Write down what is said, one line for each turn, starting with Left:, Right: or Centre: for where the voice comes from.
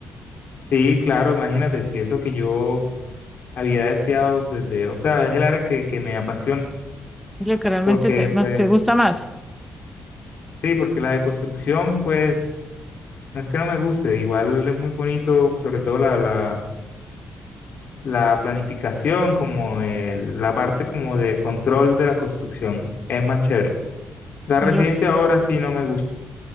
Left: Sí, claro, imagínate, si es lo que yo había deseado desde, o sea, es el área que, que me apasiona,
Centre: Es lo que realmente
Left: porque
Centre: te, más
Left: pues,
Centre: te gusta más.
Left: sí, porque la deconstrucción, pues, no es que no me guste, igual es muy bonito, sobre todo la, la, la planificación, como el- la parte como de control de la construcción, es más chévere. La residencia
Centre: Es lo
Left: ahora sí no me gusta.